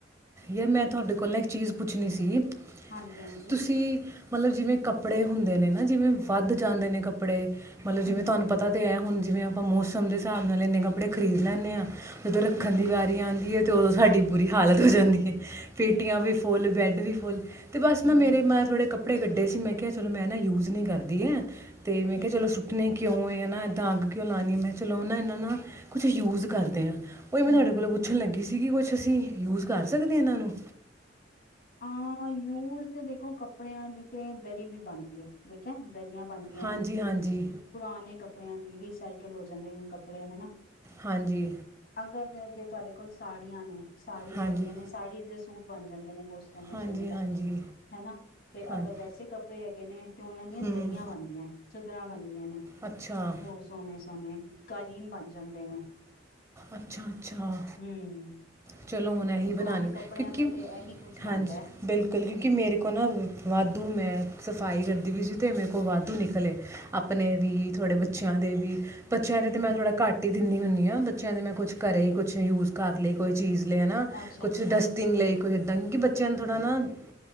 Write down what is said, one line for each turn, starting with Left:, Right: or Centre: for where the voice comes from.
Right: ਤਾਂ ਮੈ ਤੌਡੇ ਕੋਲ ਨਾ ਇੱਕ ਚੀਜ਼ ਪੁੱਛਣੀ ਸੀ।
Left: ਹਾਂਜੀ ਹਾਂਜੀ।
Right: ਤੁਸੀਂ ਮਤਲਬ ਜਿਵੇਂ ਕੱਪੜੇ ਹੁੰਦੇ ਨੇ ਨਾ ਜਿਵੇਂ ਵੱਧ ਜਾਂਦੇ ਨੇ ਕੱਪੜੇ ਮਤਲਬ ਜਿਵੇਂ
Left: ਹਮ ਹਮ
Right: ਤੁਹਾਨੂੰ ਪਤਾ ਤੇ ਐ ਹੁਣ ਜਿਵੇਂ ਆਪਾਂ ਮੌਸਮ ਦੇ ਹਿਸਾਬ ਨਾਲ ਇਨੇ ਕੱਪੜੇ ਖਰੀਦ ਲੈਦੇ ਆ ਜਦੋਂ ਰੱਖਣ ਦੀ
Left: ਹਮ
Right: ਬਾਤ ਆਂਦੀ ਏ, ਤੇ ਉਦੋਂ ਸਾਡੀ ਬੁਰੀ ਹਾਲਤ ਹੋ ਜਾਂਦੀ ਏ। ਪੇਟੀਆਂ
Left: ਹਮ ਅੱਛਾ
Right: ਵੀ ਫੁੱਲ, ਵੈਡ ਵੀ <unintelligible> ਤੇ ਬਸ ਨਾ
Left: ਹਮ
Right: ਮੇਰੇ
Left: ਹਮ
Right: ਮੈਂ ਥੋੜੇ ਇਹ ਗੱਡੇ ਸੀ ਮੈਂ ਕਿਹਾ ਚਲੋ ਮੈਂ ਨਾ ਯੂਜ਼ ਨਹੀਂ ਕਰਦੀ <unintelligible> ਤੇ ਮੈਂ
Left: ਹਮ
Right: ਕਿਹਾ ਚਲੋ
Left: ਹਮ
Right: ਸੁੱਟਣੇ ਕਿਉਂ ਕਿਉਂ ਹ ਨਾ ਅੱਗ ਕਿਉਂ ਲਾਣੀ ਮੈਂ ਚਲਾਉਣਾ ਇਹਨਾਂ ਨਾਲ ਕੁਝ ਯੂਜ ਕਰਦੇ ਆ ਓਏ
Left: ਹਮ
Right: ਮੈਂ ਤੁਹਾਡੇ
Left: ਹਮ
Right: ਕੋਲ ਸੀਗੀ ਕੁਝ ਅਸੀਂ ਯੂਜ ਕਰ ਸਕਦੇ ਆ ਇਹਨਾਂ ਨੂੰ
Left: ਆ ਯੂਜ ਤੇ ਵੇਖੋ ਕੱਪੜਿਆਂ ਦੀ ਤੇ ਦਰੀਆਂ ਵੀ ਬਣਦੀਆਂ ਦੇਖੀ ਆ
Right: ਹਾਂਜੀ ਹਾਂਜੀ
Left: <unintelligible> ਪੁਰਾਣੇ ਕਪ <unintelligible> ਵੀ ਰੀ ਸਾਈਕਲ ਹੋ ਜਾਂਦੇ ਕੱਪੜੇ ਹੇਨਾ।
Right: ਹਾਂਜੀ
Left: <unintelligible> ਤੁਹਾਡੇ ਕੋਲ ਸਾੜੀਆਂ ਨੇ। ਸਾਰੀਸ
Right: ਹਾਂਜੀ
Left: ਹੇਗੀਆਂ ਨੇ, ਸਾਰੀ ਦੇ ਸੁ ਸੂਟ ਬਣ ਜਾਂਦੇ ਨੇ <unintelligible>
Right: ਹਾਂਜੀ ਹਾਂਜੀ
Left: ਹੇਨਾ ਤੇ
Right: ਹਾਂਜੀ
Left: ਅਗਰ ਵੈਸੇ ਕੱਪੜੇ <unintelligible> ਤੇ ਉਹਨਾਂ ਦੀਆਂ
Right: ਹੂੰ
Left: ਦਰੀਆਂ ਬਣਦੀਆਂ ਚਦਰਾ ਦਾ ਨੀ <unintelligible> ਬਹੁਤ
Right: ਅੱਛਾ
Left: ਬਹੁਤ ਸੋਨੇ ਸੋਨੇ ਕਾਲੀਨ ਬਨ ਜਾਂਦੇ ਨੇ।
Right: ਅੱਛਾ ਅੱਛਾ
Left: ਹਮ
Right: ਚਲੋ ਹੁਣ ਇਹੀ ਬਨਾਨੀ।
Left: ਪੁਰਾਣੇ ਕੱਪੜਿਆਂ
Right: ਕਿਉਂਕਿ
Left: ਦਾ ਤੇ ਇਹੀ ਕੁੱਝ ਬਣਦਾ
Right: ਹਾਂਜੀ,
Left: ਹੈ
Right: ਬਿਲਕੁਲ ਕਿਊਕਿ ਮੇਰੇ ਕੋਲ ਨਾ ਵਾਧੂ ਮੈਂ ਸਫਾਈ ਕਰਦੀ ਵੀ ਸੀ ਤੇ ਮੇਰੇ ਕੋਲ ਵਾਧੂ ਨਿਕਲੇ ਆਪਣੇ ਵੀ ਥੋੜੇ ਬੱਚਿਆਂ ਦੇ ਵੀ ਅੱਛਾ, ਅਜੇ
Left: ਹਮ
Right: ਤੇ ਮੈਂ
Left: ਹਮ
Right: ਥੋੜਾ ਘੱਟ ਹੀ ਦਿੰਦੀ ਹੁੰਦੀ ਆ। ਬ ਕਹਿੰਦੇ ਮੈਂ ਕੁਝ ਘਰੇ ਹੀ ਕੁਝ ਯੂਜ ਕਰ ਲਈ ਕੋਈ ਚੀਜ਼ ਲੇ ਹਨਾ
Left: ਅੱਛਾ
Right: ਕੁਝ
Left: ਅੱਛਾ
Right: ਡਸਟਿੰਗ ਲਈ <unintelligible>